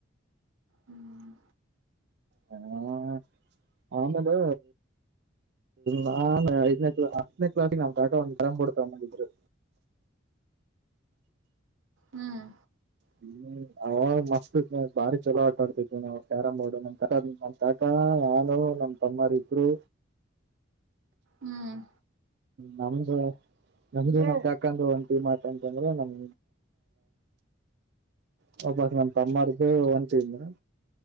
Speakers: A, on the right; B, on the right.
A: ಹ್ಮ್
B: ಹ ಆಮೇಲೆ ನಾನೇ ಐದನೇ ಕ್ಲಾ ಹತ್ತನೇ ಕ್ಲಾಸಿಗ್ ನಾಮ್ ತಾತ ಒಂದ್ ಡ್ರಮ್ ಬೋರ್ಡ್ ತೊಬಂದಿದ್ರು.
A: ಹ್ಮ್
B: ಹ್ಮ್ ಅವಾಗ ಮಸ್ತ್ ಭಾರಿ ಚಲೋ ಆಟ ಆಡ್ತಿದ್ವಿ ನಾವು ಕ್ಯಾರಂ ಬೋರ್ಡ್ ನಮ್ ತಕ ನಮ್ ತಾತ ನಾನು ನಮ ತಮ್ಮರ್ ಇಬ್ರು.
A: ಹ್ಮ್
B: ನಮ್ದು ನಮ್ದು ನಾವ್ ತ್ಯಾಕಂದು ಒಂ ಟೀಮ್ ಆಟ ಅಂತದ್ರೆ ನಮ್. <unintelligible> ನನ್ ತಮ್ಮಾರ್ದು ಒಂದಂತಿನ